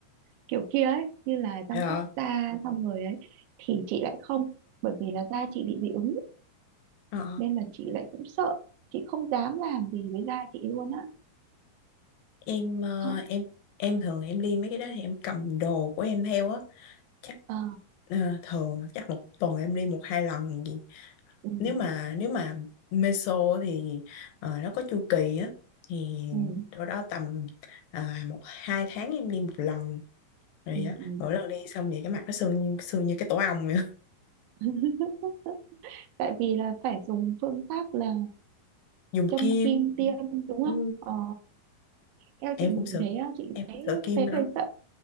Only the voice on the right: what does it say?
kiểu kia ấy như là chăm
sóc da xong rồi ấy thì chị lại không bởi vì là da chị bị dị ứng
nên là chị lại cũng sợ chị không dám làm gì với da chị luôn á
ờ
ờ,
ừ
ừ
ừ
ừ
<laughs> tại vì là phải dùng phương pháp là
châm
kim tiêm đúng
không ờ eo
chị nhìn
thấy á, chị
thấy
thấy
hơi sợ